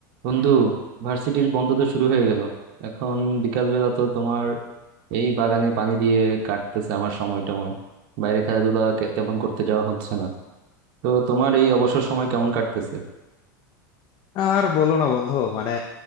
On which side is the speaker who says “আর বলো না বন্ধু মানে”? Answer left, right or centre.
Left